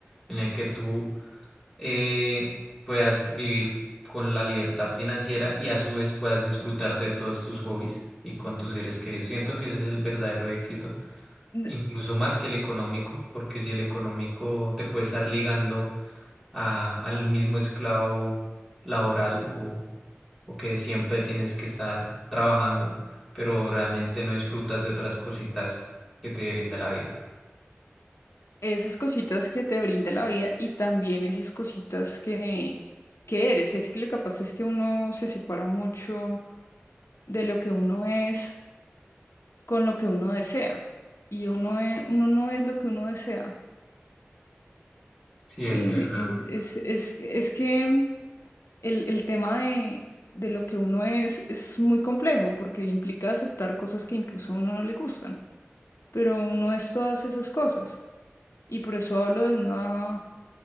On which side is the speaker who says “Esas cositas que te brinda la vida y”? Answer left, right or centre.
Left